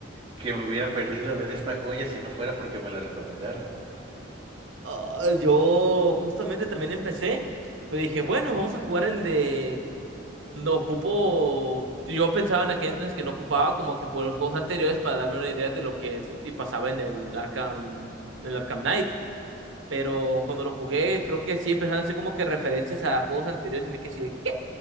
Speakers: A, on the right; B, on the right.
A: que me hubiera perdido de esta joya si no fuera porque me la recomendaron.
B: Ah, yo justamente también empecé, pero dije, bueno, vamos a jugar el de... No ocupo... Yo pensaba en aquel entonces que no ocupaba como que jugar los juegos anteriores para darme una idea de lo que se- y pasaba en el Arkham, en el Arkham Knight. Pero cuando lo jugué, creo que sí empezaron a hacer como que referencias a juegos anteriores y me quedé así de, ¿qué?